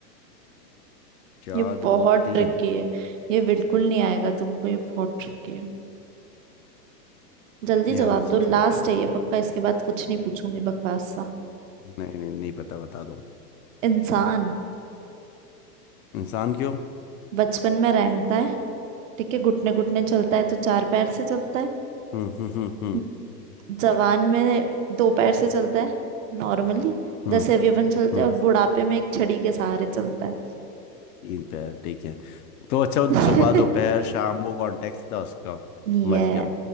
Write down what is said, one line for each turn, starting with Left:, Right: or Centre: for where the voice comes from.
Left: चार
Right: ये
Left: दो
Right: बहुत
Left: तीन
Right: ट्रिकी है ये बिल्कुल नहीं आएगा तुमको ये बहुत ट्रिकी है जल्दी
Left: नहीं यार
Right: जवाब
Left: मुझे
Right: दो
Left: सच में
Right: लास्ट है ये पक्का इसके बाद कुछ नहीं पूछूंगी बकवास सा
Left: नहीं नहीं नहीं पता बता दो
Right: इंसान
Left: इंसान क्यों
Right: बचपन में रेंगता है ठीक है घुटने घुटने चलता है तो चार पैर से चलता है
Left: हम्म हम्म हम्म हम्म
Right: हम्म, जवान में दो पैर से चलता है नॉर्मली
Left: हम्म
Right: जैसे अभी अपन चलते
Left: हम्म,
Right: हैं और बुढ़ापे में एक छड़ी के सहारे चलता है
Left: तीन पैर ठीक है तो अच्छा
Right: <laughs>
Left: सुबह दोपहर शाम वो कॉन्टेक्स्ट था उसका समझ
Right: ये
Left: गया